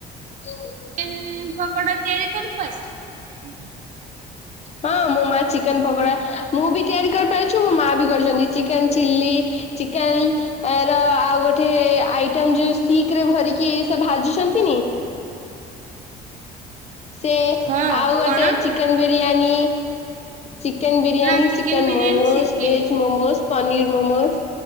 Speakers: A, on the left (about 40°); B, on the right (about 50°).
A: ତୋ
B: କେନ୍ ପକୋଡ଼ା ତିଆରି କରି ପାରୁଛୁ?
A: ହଁ ମୋ ମା ଚିକେନ୍ ପକୋଡ଼ା ମୁଁ ବି ତିଆରି କରିପାରୁଛୁ। ମୋ ମା ବି କରିଚନ୍ତି, ଚିକେନ୍ ଚିଲ୍ଲି ଚିକେନ୍ ଏର ଆଉ ଗୋ ଠେ ଆଇଟମ୍ ଯୋଉ ଷ୍ଟିକ୍ ରେ ଭରିକି ସେ ଭାଜୁଛନ୍ତିନି ସେ
B: ହଁ
A: ଆଉ ଗୋଟେ
B: କଣ?
A: ଚିକେନ୍ ବିରିୟାନୀ। ଚିକେନ୍ ବିରିୟାନୀ,
B: ନା ଚିକେନ
A: ଚିକେନ୍
B: ବିରିୟାନୀ
A: ମୋମୋସ୍,
B: ଶିଖିନି।
A: ଭେଜ୍ ମୋମୋସ୍, ପନିର୍ ମୋମୋସ୍।